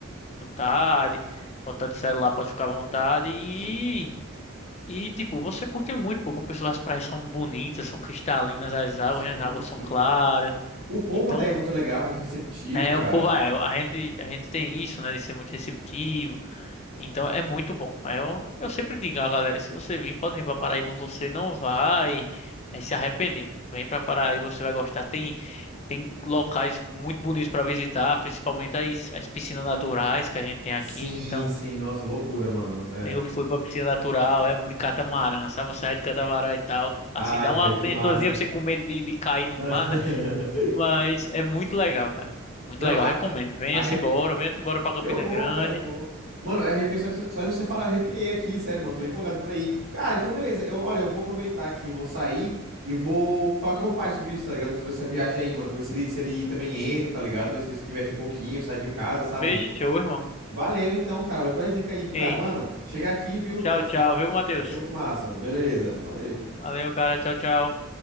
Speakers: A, on the left; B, on the right.
A: vontade, botar de celular, pode ficar à vontade e
B: Si-
A: e tipo, você curte muito, pô, como pessoas as praias são bonitas, são cristalinas as águas,
B: Sim,
A: né? As águas
B: sim.
A: são claras.
B: O povo
A: Então,
B: daí é muito legal, muito receptivo,
A: é,
B: cara.
A: o povo, é, a gente a gente tem isso, né, de ser muito receptivo. Então é muito bom. Eu, eu sempre digo a galera, se você vir, pode vir para Paraíba, você não vai eh, se arrepender. Vem para Paraíba, você vai gostar. Tem, tem locais muito bonitos para visitar, principalmente as, as piscinas naturais que a gente tem aqui.
B: Sim,
A: Então
B: sim, nossa, loucura, mano. É.
A: eu fui para piscina natural, é de catamarã, sabe? Você vai de catamarã e tal.
B: Ai,
A: Assim, dá
B: velho,
A: uma apreensãozinha
B: que massa.
A: você com medo de, de cair no
B: <laughs>
A: mar, né? Mas é muito legal, cara. Muito
B: Não,
A: legal,
B: a,
A: recomendo. Venha-se
B: arrepi...
A: embora, venha-se embora para Campina
B: eu vou,
A: Grande.
B: cara, eu vou. Mano, eu arrepiei só de, só de você falar, arrepiei aqui, sério, mano, tô empolgado pra ir. Cara, então beleza, eu, olha, eu vou aproveitar aqui, vou sair e vou falar com meu pai sobre isso, tá ligado? Sobre essa viagem aí, mano, pra ver se ele, se ele também entra, tá ligado? Ver se ele se diverte um pouquinho, sai de casa, sabe?
A: Fechou, irmão.
B: Valeu então, cara. Valeu pela dica aí, viu, cara?
A: Ei.
B: Mano, chegar aqui, viu?
A: Tchau,
B: Talvez.
A: tchau,
B: ah,
A: viu, Matheus?
B: vai ser muito massa. Beleza, valeu.
A: Valeu, cara. Tchau, tchau.